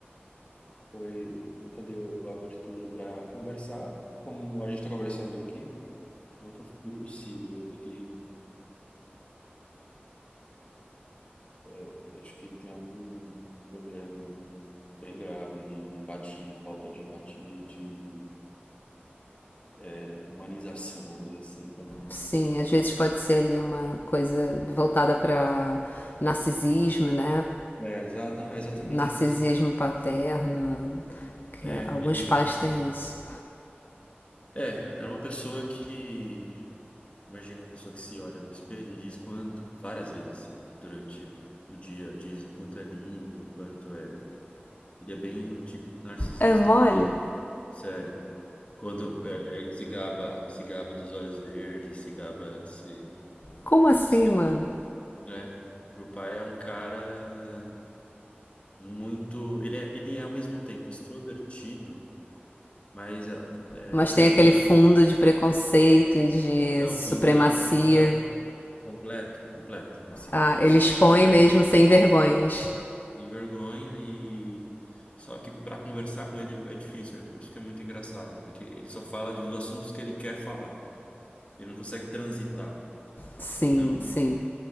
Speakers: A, on the left; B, on the left.
A: Foi, nunca deu abertura para conversar, como a gente está conversando aqui, nunca foi possível. Ele, eh, acho que ele tem algum problema bem grave de empatia, falta de empatia e de é, humanização, vamos dizer assim. Como...
B: Sim, às vezes pode ser ali uma coisa voltada para narcisismo, né?
A: É, exata, é exatamente
B: Narcisismo
A: isso.
B: paterno, que
A: É,
B: alguns
A: ele
B: pais têm isso.
A: é, era uma pessoa que, imagina uma pessoa que se olha no espelho e diz quanto, várias vezes assim, durante o dia, diz o quanto é lindo, o quanto é Ele é bem o típico narcisista
B: É mole?
A: mesmo. Sério. Quando é, ele se gaba, se gaba dos olhos verdes, se gaba de ser,
B: Como assim,
A: de ser,
B: mano?
A: né? Meu pai é um cara muito, ele é, ele é ao mesmo tempo extrovertido, mas é, é,
B: Mas
A: ao mesmo
B: tem aquele
A: tempo,
B: fundo de preconceito e de
A: não,
B: supremacia.
A: fundo não, completo, completo, completo, assim,
B: Ah,
A: preconceito,
B: ele expõe
A: tinha preconceito,
B: mesmo sem vergonhas.
A: tem vergonha e só que para conversar com ele é difícil, isso que é muito engraçado, porque ele só fala dos assuntos que ele quer falar. ele não consegue transitar.
B: Sim,
A: Então,
B: sim.